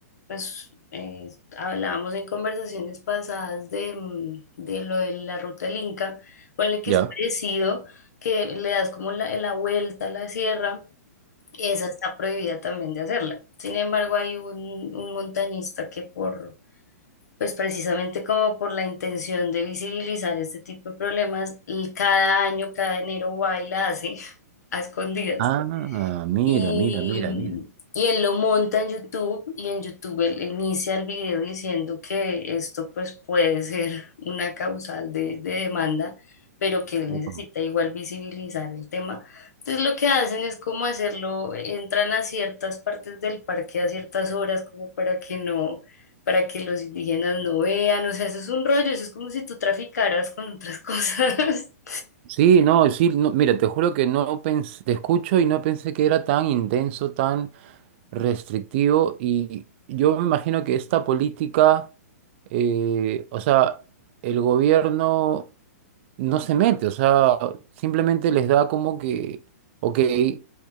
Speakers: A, on the left; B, on the right.
A: pues, eh, hablábamos en conversaciones pasadas de, mm, de lo de la ruta del Inca, ponle que
B: Ya.
A: es parecido, que le das como la, la vuelta a la sierra, esa está prohibida también de hacerla. Sin embargo, hay un, un montañista que por pues precisamente como por la intención de visibilizar este tipo de problemas, y cada año, cada enero va y la hace <laughs> a escondidas
B: Ah, mira,
A: y,
B: mira, mira, mira.
A: y él lo monta en YouTube y en YouTube él inicia el video diciendo que esto pues puede ser una causal de, de demanda, pero que él
B: Wow.
A: necesita igual visibilizar el tema. Entonces lo que hacen es como hacerlo, entran a ciertas partes del parque a ciertas horas como para que no... para que los indígenas no vean, o sea, eso es un rollo, eso es como si tú traficaras con otras cosas, <laughs>
B: Sí, no, sí, no, mira, te juro que no pensé, te escucho y no pensé que era tan intenso, tan restrictivo. Y yo me imagino que esta política, eh, o sea, el gobierno no se mete, o sea, simplemente les da como que, ok, eh,